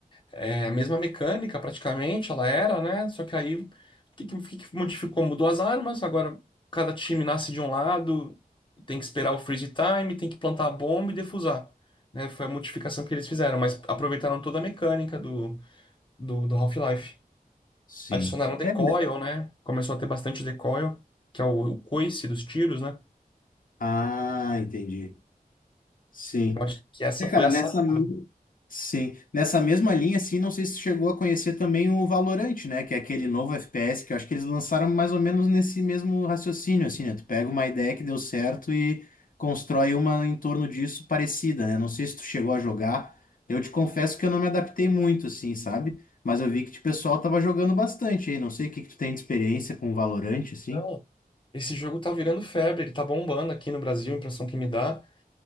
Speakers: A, on the left (about 30°); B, on the left (about 65°).
A: É a mesma mecânica, praticamente, ela era, né? Só que aí, o que, que, o que que modificou? Mudou as armas, agora cada time nasce de um lado, tem que esperar o freeze time, tem que plantar a bomba e defusar. Né? Foi a modificação que eles fizeram, mas aproveitaram toda a mecânica do, do, do Half-Life.
B: Sim.
A: Adicionaram decoil,
B: É,
A: né? Começou a ter bastante decoil, que é o, o coice dos tiros, né?
B: Ah, entendi. Sim.
A: Eu acho que essa
B: É,
A: foi
B: cara,
A: a
B: nessa
A: sacada.
B: me- sim, nessa mesma linha, assim, não sei se tu chegou a conhecer também o Valorant, né? Que é aquele novo FPS que eu acho que eles lançaram mais ou menos nesse mesmo raciocínio, assim, né? Tu pega uma ideia que deu certo e constrói uma em torno disso parecida, né? Não sei se tu chegou a jogar. Eu te confesso que eu não me adaptei muito, assim, sabe? Mas eu vi que tipo, o pessoal tava jogando bastante aí. Não sei o que que tu tem de experiência com o Valorant, assim.
A: Então, esse jogo tá virando febre, ele tá bombando aqui no Brasil, a impressão que me dá.